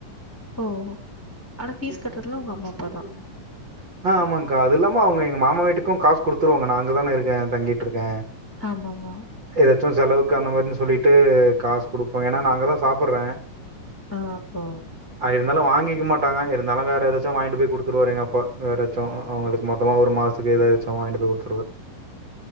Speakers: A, in the centre; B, on the right.
A: ஓஹோ ஆனா
B: தப்பு
A: ஃபீஸ் கட்றதுலா
B: தப்பு
A: உங்க
B: தப்பு
A: அம்மா அப்பா தா
B: ஆ ஆமாங்க்கா அது இல்லாம அவ்ங்க எங்க மாமா வீட்டுக்கு காசு குடுத்துருவாங்க நா அங்க தானே இருக்கே தங்கிட்ருக்கே
A: ஆமாவா
B: எதாச்சு செலவுக்கு அந்த மாரினு சொல்லிட்டு காசு குடுப்போ ஏனா நா அங்கதா சாப்புட்றே
A: ஆ அப்போ
B: அ இருந்தாலு வாங்கிக்க மாட்டாங்க இருந்தாலு வேற எதாச்சு வாங்கிட்டு போய் குடுத்துருவாரு எங்க அப் பா வேறாச்சு அவுங்களுக்கு மொத்தமா ஒரு மாசத்துக்கு எதாச்சு வாங்கிடாடு போய் குடுத்து